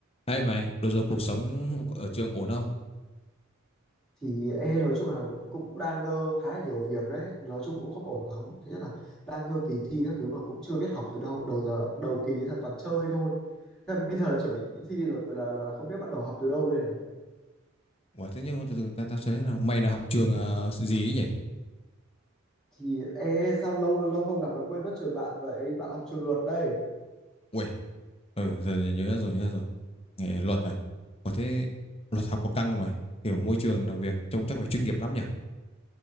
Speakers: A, on the left; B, in the centre.
A: Hay mày, bây giờ cuộc sống ở trường ổn không?
B: thì e nói chung là cũng đang ngơ khá là nhiều việc đấy nói chung cũng không ổn lắm thứ nhất là đang ngơ kỳ thi các thứ mà cũng chưa biết học từ đâu đầu giờ đầu kỳ ấy là toàn chơi thôi thế mà bây giờ là chuẩn bị thi rồi là, là là không biết bắt đầu học từ đâu đây này
A: Ủa, thế nhưng mà từ từ tao ta sẽ thế nào? Mày là học trường ờ, gì ấy nhỉ?
B: thì e sao lâu lâu không gặp là quên mất trường bạn vậy bạn học trường luật đây
A: Uầy, ừ, giờ nhớ ra rồi, nhớ ra rồi. Nghề luật à? Ủa thế luật học có căng không mày? Kiểu môi trường làm việc trông chắc phải chuyên nghiệp lắm nhỉ?